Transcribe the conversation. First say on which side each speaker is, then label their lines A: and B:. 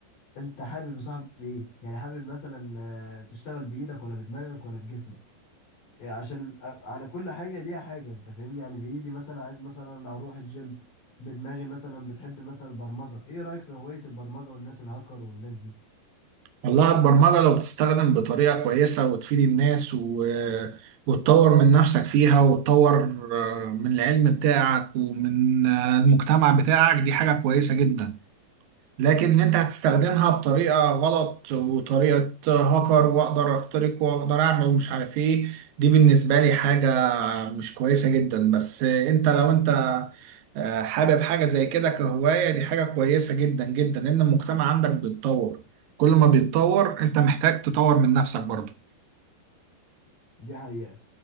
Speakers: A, on the left (about 45°); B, on the right (about 75°).
A: انت حابب يا صاحبي ايه يعني حابب مثلا آه، تشتغل بايدك ولا بدماغك ولا بجسمك يعني عشان أ- على كل حاجة ليها حاجة انت فاهمني يعني بإيدي مثلا عايز مثلا اروح الجيم بدماغي مثلا بتحب مثلا البرمجة ايه رأيك في هواية البرمجة والناس الهاكر والناس دي
B: والله البرمجة لو بتستخدم بطريقة كويسة وتفيد الناس و... وتطور من نفسك فيها وتطور آه، من العلم بتاعك ومن آه، المجتمع بتاعك دي حاجة كويسة جدا لكن انت هتستخدمها بطريقة غلط وطريقة هاكر واقدر اخترق واقدر اعمل ومش عارف ايه دي بالنسبة لي حاجة مش كويسة جدا بس انت لو انت آه، حابب حاجة زي كده كهواية دي حاجة كويسة جدا جدا لان المجتمع عندك بيتطور كل ما بيتطور انت محتاج تطور من نفسك برضه
A: دي حقيقة